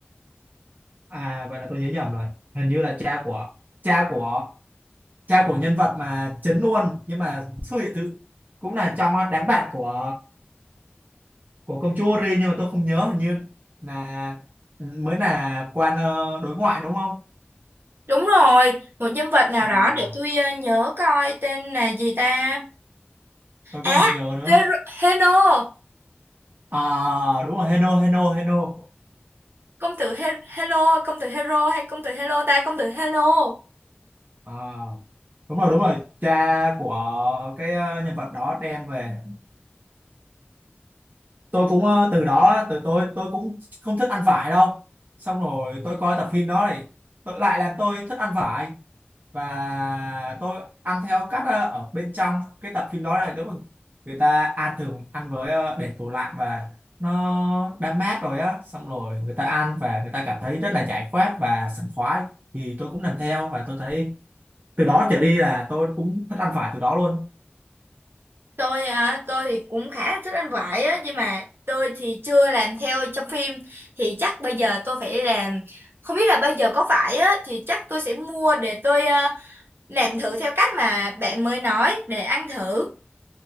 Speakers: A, on the right; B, on the right.
A: à vậy là tôi nhớ nhầm rồi hình như là cha của cha của cha của nhân vật mà chính luôn nhưng mà xuất hiện thứ cũng là trong đám bạn của của công chúa Ri nhưng mà tôi không nhớ hình như là ừ, mới là quan ờ, đối ngoại đúng không
B: đúng rồi một nhân vật nào
A: à
B: đó để tôi ờ, nhớ coi tên là gì ta
A: tôi cũng
B: à
A: không nhớ nữa
B: Hero, Heno
A: À đúng rồi Heno Heno Heno
B: công tử He Hello công tử Hero hay công tử Hello ta công tử Hello
A: à, đúng rồi đúng rồi cha của cái ờ, nhân vật đó đem về tôi cũng ờ, từ đó từ tôi tôi cũng không thích ăn vải đâu xong rồi tôi coi tập phim đó thì tôi lại làm tôi thích ăn vải và tôi ăn theo cách ờ, ở bên trong cái tập phim đó là đúng là người ta ăn thường ăn với ờ, để tủ lạnh và nó đã mát rồi á xong rồi người ta ăn và người ta cảm thấy rất là giải khoát và sảng khoái thì tôi cũng làm theo và tôi thấy từ đó trở đi là tôi cũng thích ăn phải từ đó luôn
B: tôi à, tôi thì cũng khá là thích ăn vải á nhưng mà tôi thì chưa làm theo trong phim thì chắc bây giờ tôi phải làm không biết là bây giờ có vải á thì chắc tôi sẽ mua để tôi à, làm thử theo cách mà bạn mới nói để ăn thử